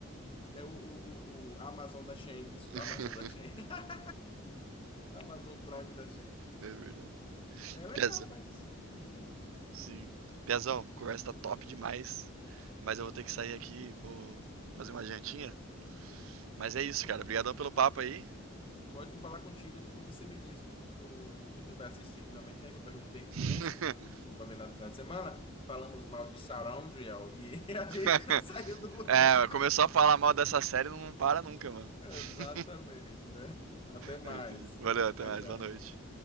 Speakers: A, on the left; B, on the right.
A: é o, o, o, o Amazon da Shein, desculpa,
B: <laughs>
A: Amazon da Shein, <laughs> Amazon Prime da Shein.
B: É verdade.
A: É legal,
B: Piazão.
A: mas muito bom.
B: Sim. Piazão, conversa tá top demais. Mas eu vou ter que sair aqui, vou fazer uma jantinha. Mas é isso, cara. Obrigadão pelo papo aí.
A: Foi ótimo falar contigo. Depois você me diz o que tu, o que tu vai assistir finalmente, né? Que eu perguntei que
B: <laughs>
A: tu nem assistiu de Culpa Venada no final de semana. Falamos mal de Surroundrial e <laughs> a gente
B: <laughs>
A: não saiu do lugar.
B: É, começou a falar mal dessa série, não para nunca, mano.
A: <laughs> Exatamente,
B: <laughs>
A: né? Até mais.
B: É, entendi. Valeu, até
A: Tchau,
B: mais,
A: tchau.
B: boa noite.